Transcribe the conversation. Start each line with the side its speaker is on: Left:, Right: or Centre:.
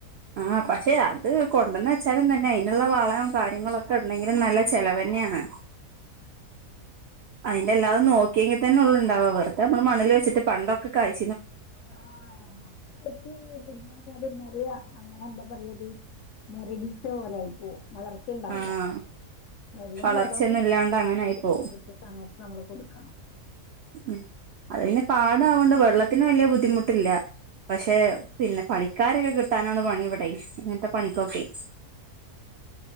Right: ആ പക്ഷെ അത് കൊണ്ടന്ന് വെച്ചാലും തന്നെ അതിനുള്ള വാളവും കാര്യങ്ങളൊക്കെ ഉണ്ടെങ്കിലും നല്ല ചെിലവന്നെയാണ്
Left: അ
Right: അന്റെ എല്ലാതും നോക്കെങ്ങി തന്നെ ഉള്ള ഉണ്ടാവ വെറുതെ നമ്മൾ മണിൽ വച്ചിട്ട് പണ്ടൊക്കെ കഴ്
Left: ആ മണ്ണിൽ വെച്ച് <unintelligible> നോക്കാതിരുന്നൽ അങ്ങനെ എന്ത പറന്നരി മോരടിച്ച പോലൊയിപ്പോവും വളർച്ചയുണ്ടാവില്ല
Right: ആഹ്
Left: വെള്ളും
Right: വളർച്ചയൊന്നും
Left: വളവും
Right: ഇല്ലാണ്ട്
Left: പാഗതിന്
Right: അങ്ങനെ ആയി പോവും
Left: കൃത്ത സമയത്ത് നമ്മള് കൊടുക്കണം
Right: ഉം അത് പിന്നെ പാട കോണ്ട് വെള്ളത്തിന് വലിയ ബുദ്ധിമുട്ടില്ല പക്ഷെ പിന്നെ പണിക്കാരൊക്കെ കിട്ടാനാണ് പണി ഇവിടെ ഇങ്ങനത്തെ പണിക്കൊക്കെ
Left: ആ മ്